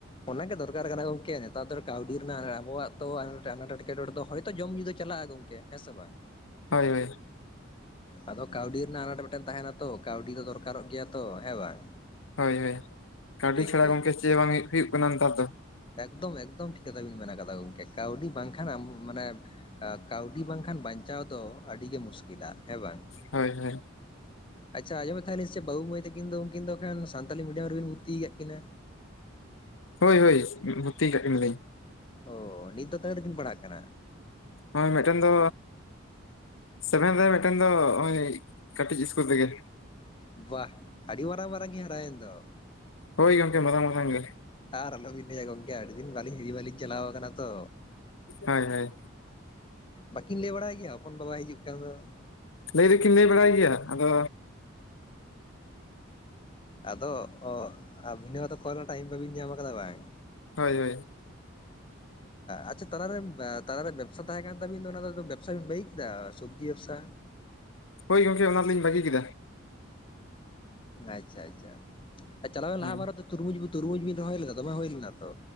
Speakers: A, on the left; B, on the left.
A: ᱚᱱᱟᱜ ᱜᱮ ᱫᱚᱨᱠᱟᱨ ᱠᱟᱱᱟ ᱜᱚᱝᱠᱮ ᱱᱮᱛᱟᱨ ᱫᱚ ᱠᱟᱹᱣᱰᱤ ᱨᱮᱱᱟᱜ ᱟᱵᱚᱣᱟᱜ ᱛᱚ ᱮᱴᱠᱮᱴᱚᱬᱮ ᱫᱚ ᱦᱚᱭᱛᱚ ᱡᱚᱢ ᱧᱩ ᱫᱚ ᱪᱟᱞᱟᱜᱼᱟ ᱜᱚᱝᱠᱮ ᱠᱮ ᱦᱮ ᱥᱮ ᱵᱟᱝ
B: ᱦᱳᱭ ᱦᱳᱭ
A: ᱟᱫᱚ ᱠᱟᱹᱣᱰᱤ ᱨᱮᱱᱟᱜ ᱟᱱᱟᱴ ᱢᱤᱫᱴᱮᱱ ᱛᱟᱦᱮᱱᱟ ᱛᱚ ᱠᱟᱹᱣᱰᱤ ᱫᱚ ᱫᱚᱨᱠᱟᱨᱚᱜ ᱜᱮᱭᱟ ᱛᱚ ᱦᱮᱸ ᱵᱟᱝ
B: ᱦᱳᱭ ᱦᱳᱭ ᱠᱟᱹᱣᱰᱤ
A: ᱴᱷᱤᱠ
B: ᱪᱷᱟᱲᱟ
A: ᱴᱷᱤᱠ
B: ᱜᱚᱢᱠᱮ
A: ᱴᱷᱤᱠ
B: ᱪᱮᱫ ᱵᱟᱝ ᱦᱩᱭᱩᱜ ᱠᱟᱱᱟ ᱱᱮᱛᱟᱨ ᱫᱚ
A: ᱮᱠᱫᱚᱢ ᱮᱠᱫᱚᱢ ᱴᱷᱤᱠ ᱠᱟᱛᱷᱟ ᱵᱤᱱ ᱢᱮᱱ ᱠᱟᱫᱟ ᱜᱚᱢᱠᱮ ᱠᱟᱹᱣᱰᱤ ᱵᱟᱝᱠᱷᱟᱱ ᱟᱢ ᱢᱟᱱᱮ ᱠᱟᱹᱣᱰᱤ ᱵᱟᱝᱠᱷᱟᱱ ᱵᱟᱧᱪᱟᱣ ᱫᱚ ᱟᱹᱰᱤᱜᱤ ᱢᱩᱥᱠᱤᱞᱟ ᱦᱮᱸ ᱵᱟᱝ
B: ᱦᱳᱭ ᱦᱳᱭ
A: ᱟᱪᱪᱷᱟ ᱟᱸᱡᱚᱢᱮᱫ ᱛᱟᱦᱮᱱᱟᱞᱤᱧ ᱥᱮᱪᱮᱫ ᱵᱟᱹᱵᱩ ᱢᱟᱹᱭ ᱛᱟᱹᱠᱤᱱ ᱫᱚ ᱩᱱᱠᱤᱱ ᱫᱚ ᱠᱷᱟᱱ ᱥᱟᱱᱛᱟᱲᱤ ᱢᱤᱰᱤᱭᱟᱢ ᱨᱮᱵᱤᱱ ᱵᱷᱩᱨᱛᱤᱭ ᱠᱟᱜ ᱠᱤᱱᱟᱹ
B: ᱦᱳᱭ ᱦᱳᱭ ᱵᱷᱳᱨᱛᱤ ᱠᱟᱜ ᱠᱤᱱᱟᱹ ᱞᱤᱧ
A: ᱚ ᱱᱤᱛ ᱫᱚ ᱛᱤᱱᱟᱹᱜ ᱨᱮᱠᱤᱱ ᱯᱟᱲᱦᱟᱜ ᱠᱟᱱᱟ
B: ᱱᱚᱜ-ᱚᱭ ᱢᱤᱫᱴᱮᱱ ᱫᱚ ᱥᱮᱵᱷᱮᱱ ᱨᱮ ᱢᱤᱫᱴᱮᱱ ᱫᱚ ᱱᱚᱜᱼᱚᱭ ᱠᱟᱹᱴᱤᱡ ᱤᱥᱠᱩᱞ ᱨᱮᱜᱮ
A: ᱵᱟᱦ ᱟᱹᱰᱤ ᱢᱟᱨᱟᱝ ᱢᱟᱨᱟᱝ ᱠᱤᱱ ᱦᱟᱨᱟᱭᱮᱱ ᱫᱚ
B: ᱦᱳᱭ ᱜᱚᱢᱠᱮ ᱢᱟᱨᱟᱝ ᱢᱟᱨᱟᱝ ᱜᱮ
A: ᱟᱨ ᱟᱞᱚ ᱵᱤᱱ ᱞᱟᱹᱭᱟ ᱜᱚᱢᱠᱮ ᱟᱹᱰᱤ ᱫᱤᱱ ᱵᱟᱹᱞᱤᱧ ᱦᱤᱨᱤ ᱵᱟᱞᱤᱧ ᱪᱟᱞᱟᱣ ᱟᱠᱟᱱᱟ ᱛᱚ
B: ᱦᱳᱭ ᱦᱳᱭ
A: ᱵᱟᱠᱤᱱ ᱞᱟᱹᱭ ᱵᱟᱲᱟᱭ ᱜᱮᱭᱟ ᱦᱚᱯᱚᱱ ᱵᱟ ᱵᱟᱭ ᱦᱤᱡᱩᱜ ᱠᱟᱱ ᱫᱚ
B: ᱞᱟᱹᱭ ᱫᱚ ᱠᱤᱱ ᱞᱮ ᱵᱟᱲᱟᱭ ᱜᱮᱭᱟ ᱟᱫᱚ
A: ᱟᱫᱚ ᱟᱹᱵᱤᱱ ᱦᱚᱭᱛᱚ ᱠᱚᱞ ᱨᱮᱱᱟᱜ ᱴᱟᱭᱤᱢ ᱵᱟᱵᱤᱱ ᱧᱟᱢ ᱠᱟᱫᱟ ᱵᱟᱝ
B: ᱦᱳᱭ ᱦᱳᱭ
A: ᱟᱪᱪᱷᱟ ᱛᱟᱞᱟᱨᱮ ᱛᱟᱨᱮ ᱵᱮᱵᱥᱟ ᱛᱟᱦᱮᱸ ᱠᱟᱱ ᱛᱟᱵᱤᱱ ᱫᱚ ᱚᱱᱟ ᱵᱮᱵᱥᱟ ᱵᱤᱱ ᱵᱟᱹᱜᱤ ᱠᱮᱫᱟ ᱥᱚᱵᱡᱤ ᱵᱮᱵᱥᱟ
B: ᱦᱳᱭ ᱜᱚᱝᱠᱮ ᱚᱱᱟ ᱫᱚ ᱞᱤᱧ ᱵᱟᱹᱜᱤ ᱠᱮᱫᱟ
A: ᱟᱪᱪᱷᱟ ᱟᱪᱪᱷᱟ ᱪᱟᱞᱟᱣᱮᱱ
B: ᱦᱳᱭ
A: ᱞᱟᱦᱟ ᱵᱟᱨ ᱨᱮ ᱛᱩᱨᱢᱩᱡᱽ ᱛᱩᱨᱢᱩᱡᱽ ᱵᱤᱱ ᱨᱚᱦᱚᱭ ᱞᱮᱫᱟ ᱫᱚᱢᱮ ᱦᱩᱭ ᱞᱮᱱᱟ ᱛᱚ